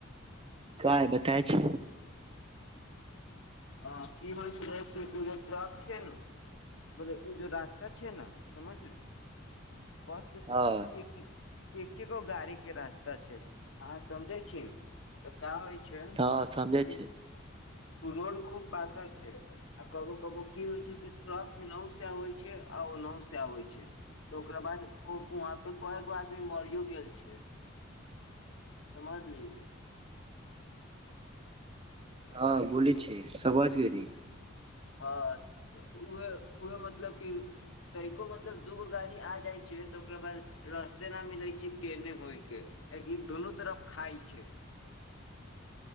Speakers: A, on the right; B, on the left.
A: काय बताय छै
B: अ की होइ छल कि ओ जे ट्रक छै ने बोले ओ जेो रास्ता छै ने समझली बस
A: हँ
B: एक एके गो गाड़ी के रास्ता छै अहाँ समझै छी न तऽ क होइ छै
A: हँ समझे
B: कि
A: छै
B: ओ रोड खूब पातर छै आ कबो कबो की होइ छै कि ट्रक एनाहो से अबै छै आ ओनाहो से आबै छै तऽ ओकरा बाद ओ वहाँ पे कय गो आदमी मरियो गेल छै समझ ली
A: हँ बोलै
B: तऽ
A: छै समझ गेली
B: हँऽ उह उह मतलब कि तै कोो मतलब दूगो गाड़ी आ जाइ क तऽ ओकरा बाद रस्ते न मिलै छै केने होइ के कि दुनू तरफ खााय छै